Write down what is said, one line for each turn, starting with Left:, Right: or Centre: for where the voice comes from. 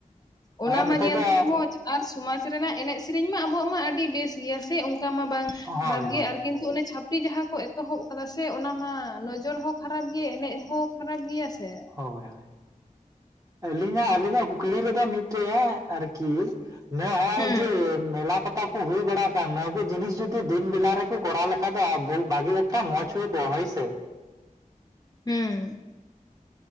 Left: ᱚᱱᱟ
Right: ᱟᱨ
Left: ᱢᱟ
Right: ᱱᱤᱛᱚᱜ
Left: ᱧᱮᱞ
Right: ᱫᱚ
Left: ᱛᱮᱦᱚᱸ ᱢᱚᱡᱽ ᱟᱨ ᱥᱚᱢᱟᱡᱽ ᱨᱮᱱᱟᱜ ᱮᱱᱮᱡ ᱥᱮᱨᱮᱧ ᱢᱟ ᱟᱵᱚᱣᱟᱜ ᱢᱟ ᱟᱹᱰᱤ ᱵᱮᱥ ᱜᱮᱭᱟ ᱥᱮ ᱚᱱᱠᱟ ᱢᱟ ᱵᱟᱝ ᱠᱷᱟᱨᱟᱯ
Right: ᱦᱳᱭ
Left: ᱜᱮᱭᱟ
Right: ᱦᱳᱭ
Left: ᱟᱨ ᱠᱤᱱᱛᱩ ᱚᱱᱮ ᱪᱷᱟᱯᱲᱤ ᱡᱟᱦᱟᱸ ᱠᱚ ᱮᱛᱚᱦᱚᱵ ᱟᱠᱟᱫᱟ ᱥᱮ ᱚᱱᱟ ᱢᱟ ᱱᱚᱡᱚᱨ ᱦᱚᱸ ᱠᱷᱟᱨᱟᱯ ᱜᱮ ᱮᱱᱮᱡ ᱦᱚᱸ ᱠᱷᱟᱨᱟᱯ ᱜᱮᱭᱟ ᱥᱮ᱾
Right: ᱦᱳᱭ ᱦᱳᱭ ᱟᱹᱞᱤᱧᱟᱜ ᱟᱹᱞᱤᱧᱟᱜ ᱠᱩᱠᱞᱤ ᱨᱮᱫᱚ ᱢᱤᱫᱴᱮᱡ ᱮ ᱟᱨᱠᱤ ᱱᱮ ᱟᱭ
Left: ᱦᱩᱸ
Right: ᱡᱮ ᱢᱮᱞᱟ ᱯᱟᱛᱟ ᱠᱚ ᱦᱩᱭ ᱵᱟᱲᱟ ᱟᱠᱟᱱ ᱱᱚᱣᱟ ᱠᱩ ᱡᱤᱱᱤᱥ ᱡᱩᱫᱤ ᱫᱤᱱ ᱵᱮᱞᱟ ᱨᱮᱠᱚ ᱠᱚᱨᱟᱣ ᱞᱮᱠᱷᱟᱡ ᱫᱚ ᱟ-ᱵᱷᱩ-ᱵᱷᱟᱜᱤ ᱮᱠᱴᱟ ᱢᱚᱡᱽ ᱦᱩᱭ ᱠᱚᱜ-ᱟ ᱦᱳᱭᱥᱮ᱾
Left: ᱦᱩᱸ᱾